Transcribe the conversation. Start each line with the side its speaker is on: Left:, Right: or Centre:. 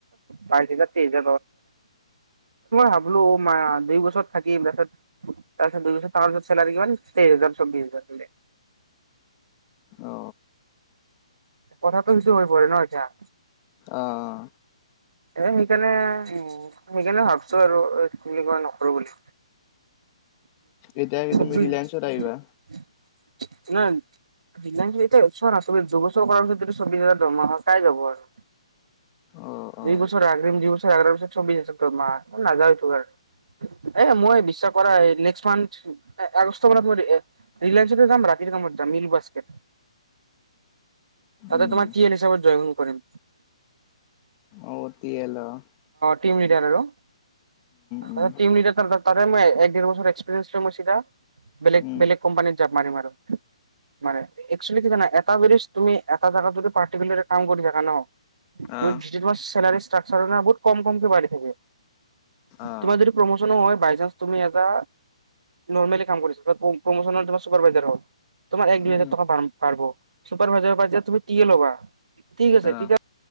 Right: বাইছ হাজাৰ, তেইছ হাজাৰ, মই ভাবলো নাই অৱ দুই বছৰত থাকিম তাপিছত। তাৰপিছত দুই বছৰ ত চেলাৰি কিমান, তেইছ হাজাৰ চৌবিছ হাজাৰ বোলে।
Left: অ।
Right: কথাটো কিছু হৈ পৰে ন এতিয়া।
Left: আহ
Right: এ সেইকাণে সেইকাণে ভাবছো আৰু কি বুলি কয় নকৰো বুলি।
Left: এতিয়া তুমি
Right: <inaudible>
Left: ৰিলায়েন্সত আহিবা
Right: ৰিলাইন্স হেৰিতে ওচৰত আচৰিত দুবছৰ কৰা পিছত চৌব্বিছ হাজাৰ দৰমহা কাই যাব আৰু।
Left: অ
Right: দুইবছৰ
Left: অ
Right: আগ্ৰীম দুইবছৰ আগ্ৰ পিছত চৌবিছ হাজাৰ দৰমহা। ও নাযাও আৰু এইটো। এ মই বিশ্বাস কৰা নেক্স মান্থ আগষ্ট মানত মই ৰিলায়েন্সতে যাম। ৰাখ যা মিল বাস্কেট। তাতে
Left: উম
Right: তোমাৰ তিয়েল হিচাপত জইন কৰিম?
Left: অ, তিয়েল অহ।
Right: তিম লিদাৰ আৰু
Left: উম
Right: অ তিম লিদাৰ তাপিছত। ততে মই এক ডেৰ বছৰ এক্সপিৰিয়েঞ্চ লৈ মই চিধা বেলেগ
Left: উম
Right: বেলেগ কোম্পানিত জাপ মাৰিম আৰু। মানে একচুৱেলি কি জানা, এটা বেছ তুমি এটা জাগাত যদি পাৰ্তিকুলাৰ কাম কৰি থাকা ন
Left: অ
Right: চেলাৰী এক্সট্ৰা জানা বহুত কম কমকে বাঢ়ি থাকে।
Left: অ
Right: তোমাৰ যদি প্ৰমোচনো হয়। বাইচাঞ্চ তুমি এটা নৰ্মেলী কাম এটা কৰিছা, তাত প্ৰমোচন ত তোমাৰ ছুপাৰ ভাইজাৰ হল। তোমাৰ এক
Left: উম
Right: দুই হাজাৰ টকা পা পাৰব, চুপাৰভাইজাৰ পৰা এতিয়া তুমি টিয়েল হবা, ঠিক আছে
Left: অ
Right: কিবা